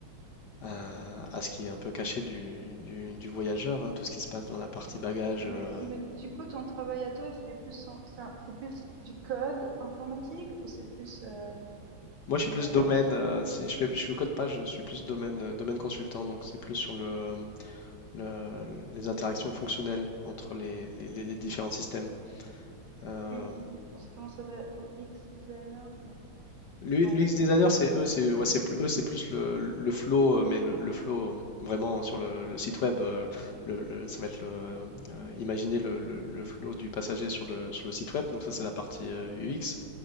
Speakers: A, on the left; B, on the right.
A: à, à ce qui est un peu caché du, du- du voyageur, hein, tout ce qui se passe dans la partie bagage,
B: Mais,
A: euh,
B: mais du coup, ton travail à toi, il est plus en- ça- c'est plus du code informatique ou c'est plus euh,
A: Moi,
B: du
A: je suis plus
B: euh,
A: domaine,
B: je-
A: euh, c'est, je fais, je le code pas, je suis plus domaine, euh, domaine consultant, donc c'est plus sur le, le- les interactions fonctionnelles entre les, les- les- les différents systèmes. Euh,
B: UI, c'est comment ça s'appelle? UX designer? Non,
A: l'UX
B: non, c'est
A: designer,
B: pas ça.
A: c'est eux, c'est ouais, c'est plus, eux, c'est plus le, le flow, euh, mais le, le flow euh, vraiment sur le, le site web, euh, le- le- ça va être le, euh, imaginer le, le- le flow du passager sur le, sur le site web, donc ça c'est la partie euh, UX.